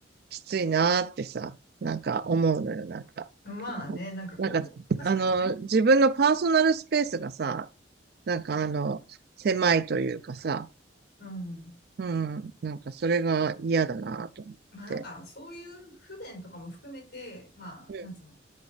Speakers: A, on the right; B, on the left.
A: きついなーってさ、なんか思うのよ、なんか。
B: まあね、なんかこう、
A: なんか、
B: 確かにね。
A: あの、自分のパーソナルスペースがさ、なんかあの、狭いというかさ、
B: うん。
A: うん、なんかそれが嫌だなと思って。
B: まあなんかそういう不便とかも含めて、まあ、
A: うん。
B: なんつうの、